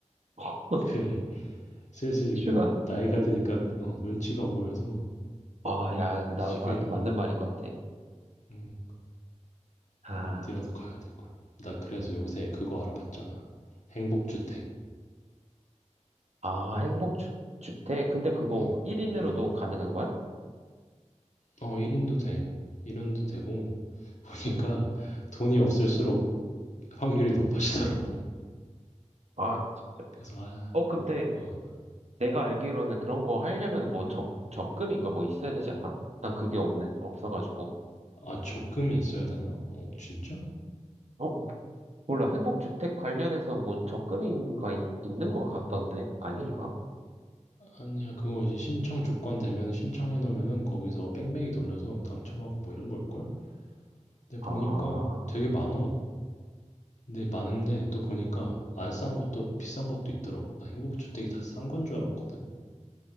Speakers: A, on the right (about 65°); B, on the left (about 70°).
A: <laughs>
B: 그래. 슬슬 이게
A: 출가.
B: 나이가 드니까 어, 눈치가 보여서
A: 아, 야, 그 나
B: 집에
A: 마-
B: 어,
A: 맞는 말인 것 같아.
B: 음,
A: 아,
B: 어디라도 가야 될 것. 같아. 나 그래서 요새 그거 알아봤잖아. 행복주택.
A: 아, 행복 주, 주택? 근데 그거
B: 어.
A: 1인으로도
B: 음.
A: 가능한 거야?
B: 어, 1인도 돼. 1인도 되고 보니까
A: 응.
B: 돈이 없을수록 확률이 높아지더라고.
A: 아, 진짜.
B: 그래서 아,
A: 어, 근데
B: 아,
A: 내가 알기로는 그런 거 하려면 뭐
B: 응.
A: 적, 적금인가 뭐 있어야 되지 않아? 난 그게 없는, 없어가지고.
B: 아, 적금이 있어야 되나? 어, 진짜?
A: 어, 몰라. 행복주택 관련해서 뭐 적금인가 있, 는것 같던데? 아닌가?
B: 아니야, 그거 이제 신청 조건 되면 신청해 놓으면은 거기서 뺑뺑이 돌려서 당첨하고 뭐 이런 걸걸? 근데
A: 아,
B: 보니까 되게 많어. 근데 많은데 또 보니까 안 싼 것도 비싼 것도 있더라고. 나 행복주택이 다 싼 건 줄 알았거든.